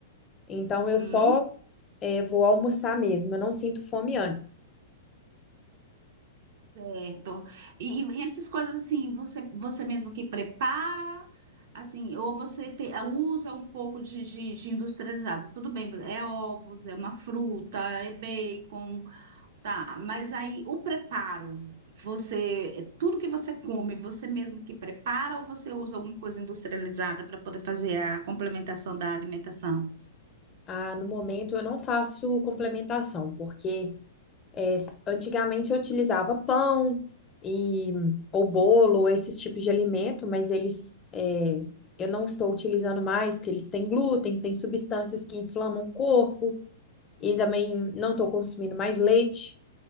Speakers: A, on the left; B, on the right.
A: Então,
B: Uhum.
A: eu só é, vou almoçar mesmo, eu não sinto fome antes.
B: Certo. E, e essas coisas assim, você, você mesmo que prepara, assim, ou você te- ah, usa um pouco de, de, de industrializado. Tudo bem, é ovos, é uma fruta, é bacon, tá. Mas aí o preparo, você, é tudo que você come, você mesmo que prepara ou você usa alguma coisa industrializada para poder fazer a complementação da alimentação?
A: Ah, no momento eu não faço complementação, porque é, s- antigamente eu utilizava pão e ou bolo, ou esses tipos de alimento, mas eles é, eu não estou utilizando mais, porque eles têm glúten, têm substâncias que inflamam o corpo, e também não estou consumindo mais leite,